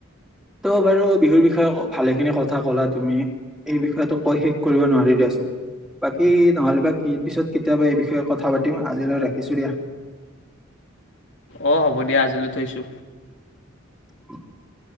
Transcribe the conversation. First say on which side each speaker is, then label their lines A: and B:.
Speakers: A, in the centre; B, on the left.
A: ত' বাৰু বিহুৰ বিষয়ে ভালে খিনি কথা ক'লা তুমি এই বিষয়োটোক কৈ শেষ কৰিব নোৱাৰি দিয়াচোন। বাকী নহ'লে বা পিছত কেতিয়াবা এই বিষয়ে কথা পাতিম আজিলৈ ৰাখিছো দিয়া।
B: অ', হ'ব দিয়া আজিলৈ থৈছো।
A: <unintelligible>